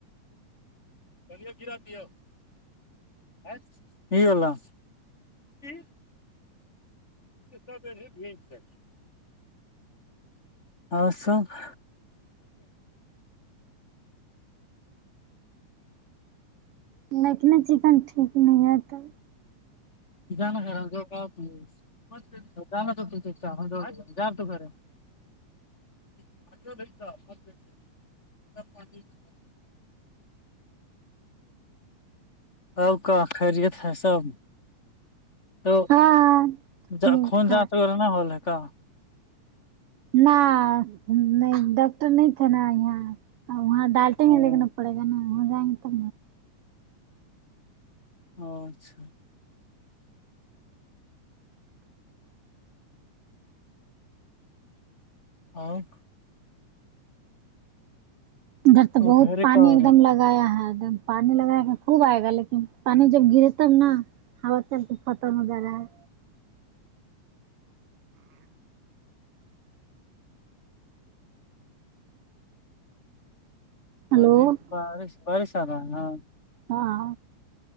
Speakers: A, on the left (about 25°); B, on the right (about 75°).
A: <unintelligible> <unintelligible> اور سب
B: نکلی چکن ٹھیک نی ہے کل
A: <unintelligible> <unintelligible> اب کا خیریت ہے سب تو
B: ہاں ٹھیک
A: جا خون جانچ
B: ہے
A: وغیرہ
B: نہ نہیں ڈاکٹر نہیں تھا نا یہاں ا وہاں ڈالٹیں
A: ہاں
B: گے لیکنا پڑے گا نا ہو جائیں گے تب
A: او اچھا اور
B: ادھر تو
A: اور
B: بہت
A: گھر
B: پانی
A: کا ہو
B: ایک
A: رہا
B: دم
A: ہے
B: لگایا ہے ایک دم پانی لگایا کا خوب آئے گا لیکن پانی جب گرے تب نا ہوا چل کے ختم ہو جا رہا ہے
A: پانی
B: ہلو
A: بارش بارش آرہا ہے نا
B: ہاں